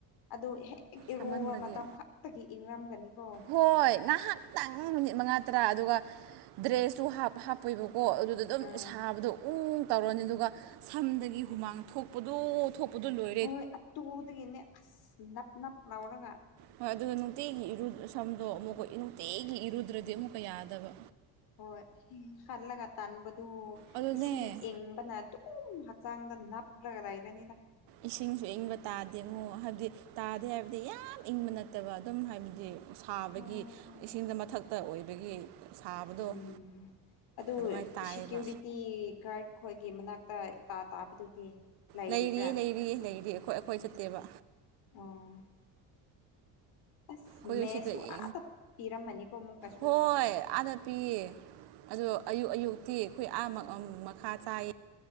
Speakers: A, on the left; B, on the right.
A: ꯑꯗꯨ ꯍꯦꯛ ꯏꯔꯨꯕ
B: ꯁꯥꯃꯟꯕꯒꯤ
A: ꯃꯇꯝ ꯈꯛꯇꯒꯤ ꯏꯪꯔꯝꯒꯅꯤꯀꯣ
B: ꯍꯣꯏ ꯉꯥꯏꯍꯥꯛꯇꯪ ꯃꯤꯅꯤꯠ ꯃꯉꯥ ꯇꯔꯥ ꯑꯗꯨꯒ ꯗ꯭ꯔꯦꯁꯇꯨ ꯍꯥꯞ ꯍꯥꯞꯄꯣꯏꯕꯀꯣ ꯑꯗꯨꯗ ꯑꯗꯨꯝ
A: ꯑꯥ
B: ꯁꯥꯕꯗꯣ ꯎꯪ ꯇꯧꯔꯅꯤ ꯑꯗꯨꯒ ꯁꯝꯗꯒꯤ ꯍꯨꯃꯥꯡ ꯊꯣꯛꯄꯗꯨ ꯊꯣꯛꯄꯗꯨ ꯂꯣꯏ
A: ꯍꯣꯏ ꯑꯇꯨꯗꯒꯤꯅꯦ ꯑꯁ ꯅꯞ ꯅꯞ ꯂꯧꯔꯒ
B: ꯍꯣꯏ ꯑꯗꯨꯒ ꯅꯨꯡꯇꯤꯒꯤ ꯏꯔꯨ ꯁꯝꯗꯣ ꯑꯃꯨꯛꯀ ꯅꯨꯡꯇꯤꯒꯤ ꯏꯔꯨꯗ꯭ꯔꯗꯤ ꯑꯃꯨꯛꯀ ꯌꯥꯗꯕ
A: ꯍꯣꯏ ꯍꯥꯜꯂꯒ ꯇꯥꯟꯕꯗꯨ
B: ꯑꯗꯨꯅꯦ
A: ꯏꯁꯤꯡ ꯏꯪꯕꯅ ꯗꯨꯝ ꯍꯛꯆꯥꯡꯗ ꯅꯞꯂꯒ ꯂꯩꯔꯅꯤꯗ
B: ꯏꯁꯤꯡꯁꯨ ꯏꯪꯕ ꯇꯥꯗꯦꯃꯨ ꯍꯥꯏꯕꯗꯤ ꯇꯥꯗꯦ ꯍꯥꯏꯕꯗꯤ ꯌꯥꯝ ꯏꯪꯕ ꯅꯠꯇꯕ ꯑꯗꯨꯝ ꯍꯥꯏꯕꯗꯤ ꯁꯥꯕꯒꯤ
A: ꯎꯝ
B: ꯏꯁꯤꯡꯗ ꯃꯊꯛꯇ ꯑꯣꯏꯕꯒꯤ ꯁꯥꯕꯗꯣ
A: ꯎꯝ ꯑꯗꯨ
B: ꯑꯗꯨꯃꯥꯏꯅ ꯇꯥꯏꯌꯦꯕ
A: ꯁꯤꯀ꯭ꯌꯨꯔꯤꯇꯤ ꯒꯔꯗ ꯑꯈꯣꯏꯒꯤ ꯃꯅꯥꯛꯇ ꯇꯥ ꯇꯥꯕꯗꯨꯗꯤ ꯂꯩꯔꯤꯕ꯭ꯔꯥ
B: ꯂꯩꯔꯤꯌꯦ- ꯂꯩꯔꯤꯌꯦ ꯂꯩꯔꯤ ꯑꯩꯈꯣꯏ -ꯑꯩꯈꯣꯏ
A: ꯎꯝ
B: ꯆꯠꯇꯦꯕ
A: ꯑꯣ ꯑꯁ
B: ꯈꯣꯢꯁꯤꯗ
A: ꯃꯦꯁꯁꯨ
B: ꯏ
A: ꯑꯥꯗ ꯄꯤꯔꯝꯃꯅꯤꯀꯣ ꯑꯃꯨꯛꯀꯁꯨ
B: ꯍꯣꯏ ꯑꯥꯅꯠꯇꯤꯌꯦ ꯑꯗꯣ ꯑꯌꯨꯛ ꯑꯌꯨꯛꯇꯤ ꯑꯩꯈꯣꯏ ꯑꯥ ꯃꯥ ꯃꯈꯥ ꯆꯥꯏ